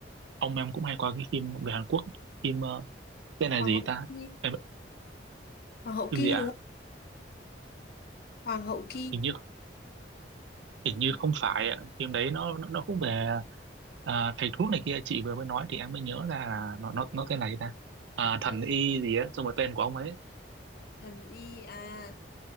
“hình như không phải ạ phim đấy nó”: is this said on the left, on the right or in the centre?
Right